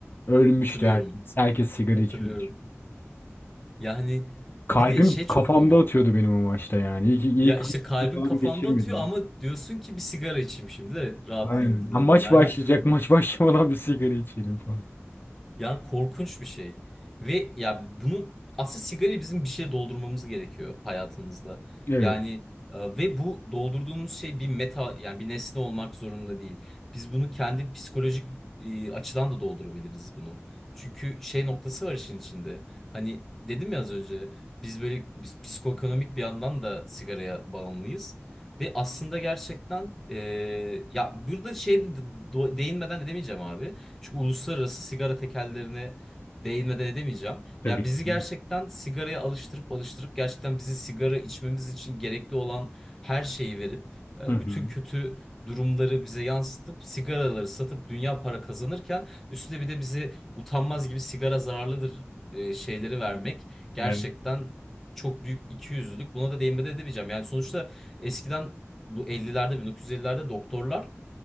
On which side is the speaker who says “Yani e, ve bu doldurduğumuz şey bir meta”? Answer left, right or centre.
Centre